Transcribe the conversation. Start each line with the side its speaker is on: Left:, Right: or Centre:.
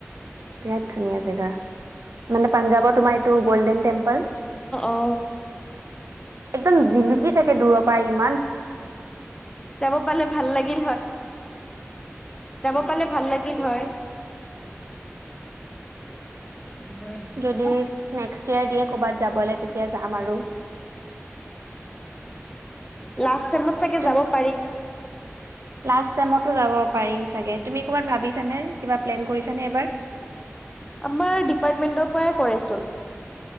Right: বিৰাট ধুনীয়া জেগা মানে পাঞ্জাৱৰ তোমাৰ এইটো গল্ডেন টেম্পল
Left: অ
Right: একদম জিলিকি থাকে দূৰত <unintelligible>
Left: যাব পালে ভাল লাগে যাব পালে ভাল লাগিল হয়। <unintelligible>
Right: যদি
Left: অৱ,
Right: নেক্সট ইয়েৰ দিয়ে ক'বাত যাবলৈ তেতিয়া যাম আৰু
Left: লাষ্ট টাইমত চাগে
Right: তুমি
Left: যাব পাৰিম
Right: লাষ্ট চেইমতো যাব পাৰিম চাগে, তুমি ক'ৰবাত ভাবিছানে কিবা প্লেন কৰিছানে এবাৰ।
Left: আমাৰ ডিপাৰ্টমেন্টৰ পৰাই কৰেচোন।